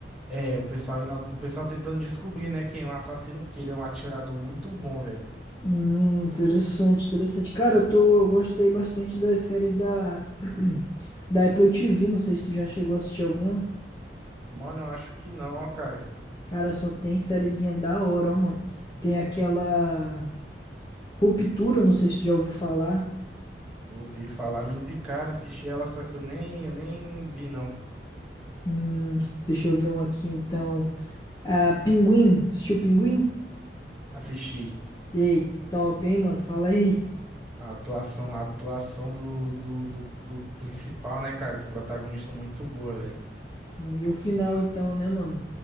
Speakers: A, in the centre; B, on the left.
A: É, é, o pessoal, indo- o pessoal tentando descobrir, né, quem é o assassino, porque ele é um atirador muito bom, velho.
B: Hum, interessante, interessante. Cara, eu tô, eu gostei bastante das séries da <clears throat> da Apple TV, não sei se tu já chegou a assistir alguma.
A: Mano, eu acho que não, ó, cara.
B: Cara, só tem sériezinha da hora, ó, mano. Tem aquela Ruptura, não sei se tu já ouviu falar.
A: Ouvi falar, me indicaram, assisti ela, só que eu nem, eu nem vi, não.
B: Hum, deixa eu ver um aqui, então. Ah, Pinguim. Assistiu Pinguim?
A: Assisti.
B: Ei, top, hein, mano? Fala aí.
A: A atuação, a atuação do, do, do, do principal, né, cara? Do protagonista muito boa, velho.
B: Sim, e o final, então, né, mano?